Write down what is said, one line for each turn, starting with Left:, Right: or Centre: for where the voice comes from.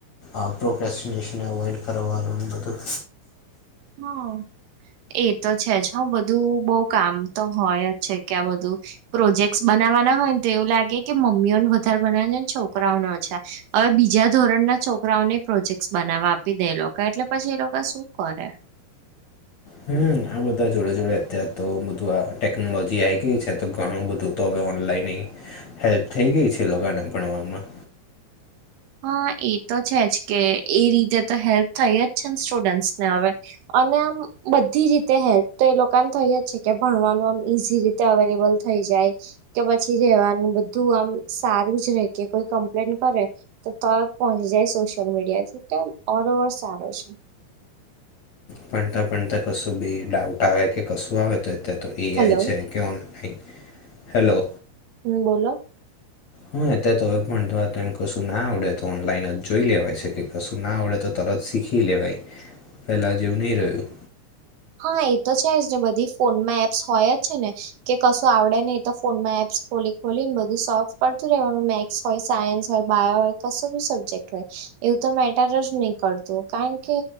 Left: આ પ્રોવેેક્સિનેશન અવોઇડ કરવાનું બધું
Right: હા. એ તો છે જ હું બધું બઉ કામ તો હોય જ છે કે આ બધું પ્રોજેક્ટસ બનાવવાના હોય ને તો એવું લાગે કે મમ્મીઓને વધારે બનાવને છોકરાઓને ઓછા હવે બીજા ધોરણના છોકરાઓને પ્રોજેક્ટ બનાવવા આપી દે લોકો એટલે પછી એ લોકો શું કરે.
Left: હમ આ બધા જોડે જોડે અત્યાર તો બધું આ ટેકનોલોજી આવી ગય છે તો ઘણું બધું. તો હવે ઓનલાઈન એ હેલ્પ થઈ ગઈ છે લોકોને ભણવામાં.
Right: હા એ તો છે જ કે એ રીતેે તો હેલ્પ થઈ જ છે ને સ્ટુડન્ટ્સ ને હવે. અને આમ બધી રીતે હેલ્પ તો એ લોકોને થઈ જ છે કે ભણવાનું આમ ઈઝી રીતે અવેલેબલ થઈ જાય કે પછી રેવાનું બધું આમ સારું જ રે કે કોઈ કમ્પ્લેન કરે. તો તરત પહોંચી જાય સોશિયલ મીડિયા થી તો ઓલ ઓવર સારો છે.
Left: પણતાં પણતાં કશું બી ડાઉટ આવે કે કશું આવે તો તો એઆઈ
Right: હલો
Left: છે. કે ઓનઈ હેલો.
Right: હમ બોલો.
Left: હા અત્યારે તો હવે પણમ કશું ના આવડે તો ઓનલાઈન જ જોઈ લેવાય છે કે કશું ના આવડે તો તરત શીખી લેવાય પહેલાં જેવું નહીં રહ્યું
Right: હા એ તો છે જ ને બધી ફોનમાં એપ્સ હોય જ છે ને કે કશું આવડે નહી તો ફોન માં એપ્સ ખોલી ખોલી ને બધું સોફડતું રહેવાનું મે હોય સાયન્સ હોય બાયો હોય કશો બી સબ્જેક્ટ હોય. એવું તો મેટર જ નહી કરતું કારણ કે